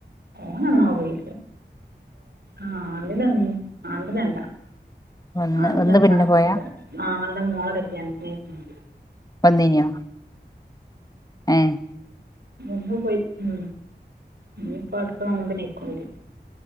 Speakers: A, on the right; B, on the left.
A: എന്നൊപ്പോയി ആൻഡ്നെനി ആണ്ട് നല്ല.
B: വന്ന്
A: ആ ണ്ടിനത്താൻകഴിഞ്ഞില്ല
B: വന്ന് പിന്നെ പോയാ
A: ആങ്ങളട മോളെ കല്ല്യാ ത്തിനയ്ക്കണ്.
B: വന്നീനോ ഏ
A: വന്ന് പോയി ഉം ന്നിപ്പോ അടുത്ത നോമ്പിന്യയ്ക്കും വര?